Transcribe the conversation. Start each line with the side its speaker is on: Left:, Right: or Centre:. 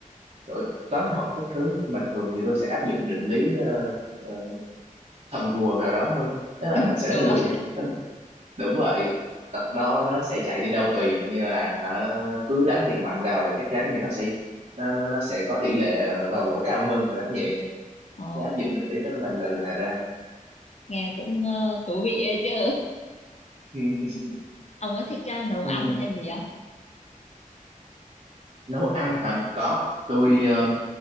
Right: kiểu toán học các thứ mà thường thì tôi sẽ áp dụng định lý ờ, ờ, thần rùa vào đó thôi tức là
Left: <laughs> Hình
Right: mình sẽ đánh
Left: rùa.
Right: lụi Nó- đúng vậy Ờ, nó nó sẽ chạy đi đâu tùy nhưng mà hả, cứ đánh thiệt mạnh vào là chắc chắn thì nó sẽ nó nó, nó sẽ có tỷ lệ ờ, vào lỗ cao hơn là đánh nhẹ
Left: Ồ,
Right: cứ áp dụng định lý đó mà là, là, là ra
Left: nghe cũng ờ, thú vị ấy chứ.
Right: ừ, ừ,
Left: Ông có thích ờ, nấu
Right: ừ.
Left: ăn hay gì không?
Right: nấu ăn hả có tôi ờ,